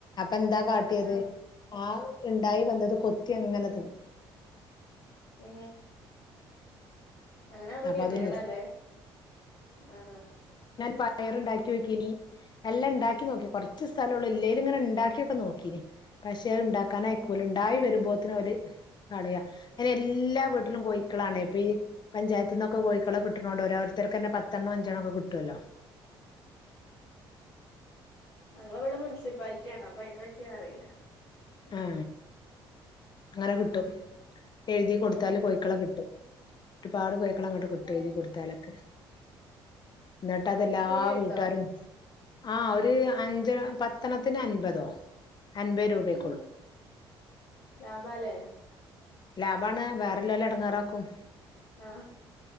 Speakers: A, on the left; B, on the left.
A: പ്പ ന്താ കാട്ടിഏത്
B: ആ
A: ആ ഇണ്ടായി വെന്നത് കൊത്തി അങ്ങനെ തിന്ന്
B: ഏ അങ്ങനെ ആവുമ്പോ
A: അപ്പൊ
B: ഗതികേടാല്ലേ
A: അതും ന്നിർ
B: ആ
A: പയർ ഇണ്ടാക്കി ഓക്കീനി എല്ലം ഇണ്ടാക്കി നോക്കി കൊർച്ച് സ്ഥല ഒള്ളൂ ഇള്ളേല് ങ്ങനെ ഇണ്ടാക്കി ഒക്കെ നോക്കീനി പഷ് ട്ടിയള് ഇണ്ടാക്കാനയ്ക്കൂല
B: ഉം
A: ഇണ്ടായി വരുമ്പോത് പോത്തിനെ കളയാ അയ്ന് എല്ലാ വീട്ടിലും
B: ഉം
A: കോയിക്കളാണേ പ്പിൻ പഞ്ചായത്ത്ന്നൊക്കെ കോഴിക്കളെ കിട്ട്ണോണ്ട് ഓരോര്ത്തർക്കെന്നെ പത്തെണ്ണോം അഞ്ചണ്ണ ഒക്കെ കിട്ടുഅല്ലോ
B: ഞങ്ങൾ ഇവ്ടെ മുൻസിപ്പാലിറ്റി ആ ണ് പ്പയ്ന പറ്റി അറീല്ല
A: ആ അങ്ങനെ കിട്ടും എഴുതി കൊടുത്താല്
B: ഏ
A: കോഴിക്കളെ കിട്ടും രുപാട് കോഴ് ക്കളെങ്ങട്ട് കിട്ടും
B: ഏ
A: എഴുതി കൊട്ത്താലൊക്കെ ന്ന്ട്ടത്
B: ഏ
A: എല്ലാ
B: ഫ്രീ ആയിട്ടോ
A: വീട്ടാരും ആ ഒര് അഞ്ച് പത്തെണ്ണത്തിന് അൻപതോ അന്പെ രൂപയ്
B: <unintelligible> ലാഭാലെ
A: ലാഭാണ് വേറള്ളോലെ എടെങ്ങേറാക്കും
B: ആ